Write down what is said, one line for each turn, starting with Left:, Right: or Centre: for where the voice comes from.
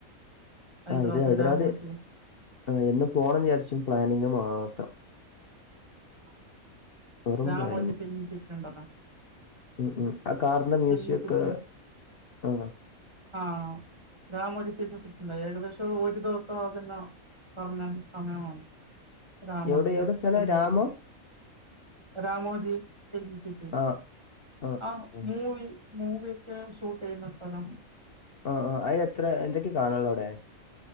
Right: ഹൈദരാബാദ്
Left: ആ ഇത് ഹൈദ്രാദ്
Right: രാമോജി
Left: ആ എന്നും പോണം വിചാരിച്ചു പ്ലാനിങ് മാത്രം
Right: ആ
Left: വെറും
Right: രാമോജി
Left: പ്ലാനിങ്
Right: ഫിലിം സിറ്റിണ്ടല്ലോ
Left: ഉം ഉം ആ കാറിന്റെ മ്യൂസിയെക്കെ
Right: ഫിലിം സിറ്റി
Left: ആ
Right: ആഹ് രാമോജി ഫിലിം സിറ്റിണ്ട് ഏകദേശം ഒരു ദെവസം അതന്നേണം കറങ്ങാന് സമയം വേണം <unintelligible>
Left: എവിടെ എവിടെ സ്ഥലം രാമോ
Right: രാമോജി ഫിലിം സിറ്റി
Left: ആ ആ ആ
Right: ആഹ്
Left: ആ.
Right: മൂവി മൂവിയെക്കെ ഷൂട്ട് ചെയ്യുന്ന സ്ഥലം
Left: ആഹ് ആഹ് അയ്നെത്ര എന്തൊക്കെയ കാണാള്ളോവ്ടെ